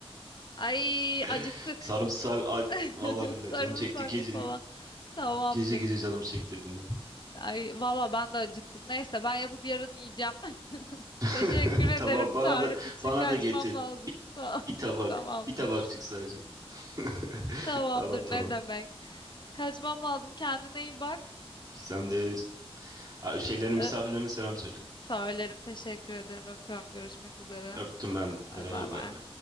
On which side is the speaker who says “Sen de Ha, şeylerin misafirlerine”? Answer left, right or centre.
Right